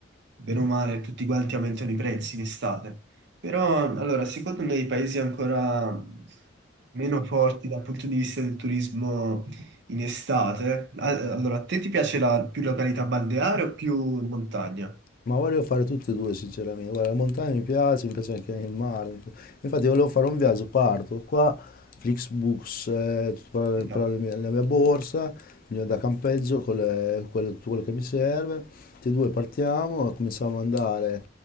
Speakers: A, on the right; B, on the left.
A: bene o male, tutti quanti aumentano i prezzi in estate. Però, allora, secondo me i paesi ancora meno forti dal punto di vista del turismo in estate, a- allora, a te ti piace la, più località balneare o più montagna?
B: Ma volevo fare tutte e due, sinceramente. Guarda, la montagna mi piace, mi piace anche il mare. Infatti volevo fare un viaggio, parto qua, Flixbus, eh, tutto per-
A: No.
B: per la mia, la mia borsa, il mio da campeggio, con le- quello, tutto quello che mi serve. Tutti e due partiamo, cominciamo ad andare,